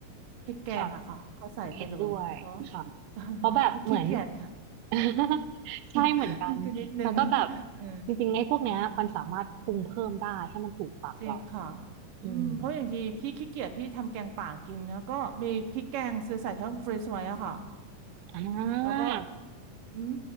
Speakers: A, on the right; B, on the right.
A: พริกแกงอะค่ะก็ใส่ไปเลยก็
B: ค่ะ เห็นด้วยค่ะ
A: <laughs> ก็
B: เพราะแบบเหมือน
A: ก็ขี้เกียจ
B: <laughs> ใช่เหมือนกันแล้วก็แบบ
A: <laughs> ก็นิดนึง <laughs> เออ
B: จริงๆไอ้พวกเนี้ยมันสามารถปรุงเพิ่มได้ให้มันถูกปากเรา
A: จริงค่ะ
B: อืม
A: อืมเพราะอย่างที่พี่ขี้เกียจพี่ทำแกงป่ากินแล้วก็มีพริกแกงซื้อใส่ช่องฟรีซไว้อะค่ะ
B: อ่า
A: แล้วก็อืม